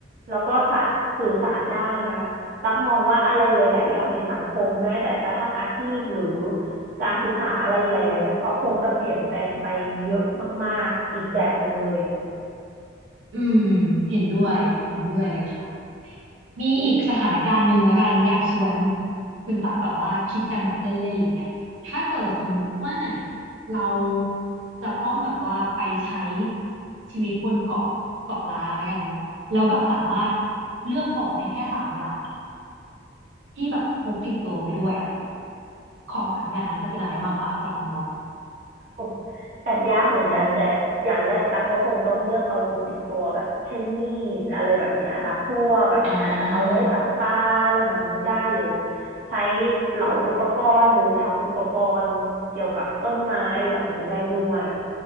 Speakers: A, on the right; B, on the right.
A: แล้วก็สัตว์สื่อสารได้นะตักมองว่าอะไรหลายๆอย่างในสังคมแม้แต่กระทั่งอาชีพหรือการศึกษาอะไรหลายๆอย่างก็คงจะเปลี่ยนแปลงไปเยอะมากๆอีกแบบหนึ่งเลยอ่ะ
B: อืมเห็นด้วยเห็นด้วยเลยค่ะ มีอีกสถานการณ์หนึ่งแล้วกันอยากชวนคุณตักแบบว่าคิดกันแบบเล่นๆอะไรเงี้ยถ้าเกิดสมมุติว่าเราจะต้องแบบว่าไปใช้ชีวิตบนเกาะเกาะล้างแล้วกันเนาะแล้วแบบสามารถเลือกของได้แค่สามอย่างอะที่แบบพกติดตัวไปด้วยอ่ะของสามอย่างนั้นจะเป็นอะไรบ้างคะสำหรับคุณตัก
A: โอ้แอบยากเหมือนกันแต่อย่างแรกตักก็คงต้องเลือกอาวุธติดตัวแบบเช่นมีดอะไรแบบเนี้ยค่ะพวกแบบอาจจะเอาไว้จับปลาอะไรแบบนี้ได้หรือ
B: อ่า
A: ใช้เหลาอุปกรณ์หรือทำอุปกรณ์เกี่ยวกับต้นไม้แบบนี้ได้ด้วย